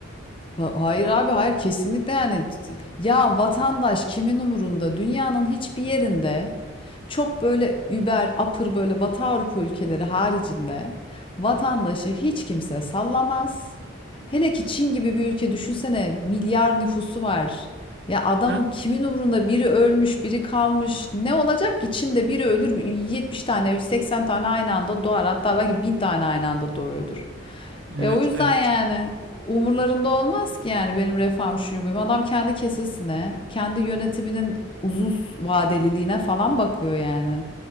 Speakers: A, on the left (about 25°); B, on the right (about 60°).
A: Ha- Hayır abi hayır kesinlikle yani ya vatandaş kimin umurunda dünyanın hiçbir yerinde çok böyle über apır böyle Batı Avrupa ülkeleri haricinde vatandaşı hiç kimse sallamaz. Hele ki Çin gibi bir ülke düşünsene milyar nüfusu var. Ya adamın
B: Hı hı.
A: kimin umurunda biri ölmüş biri kalmış ne olacak ki Çin'de biri ölür 70 tane 80 tane aynı anda doğar hatta belki 1000 tane aynı anda doğuyordur.
B: Evet,
A: E o yüzden
B: evet.
A: yani umurlarında olmaz ki yani benim refahım şuyum buyum. Adam kendi kesesine, kendi yönetiminin uzun s- vadeliliğine falan bakıyor yani.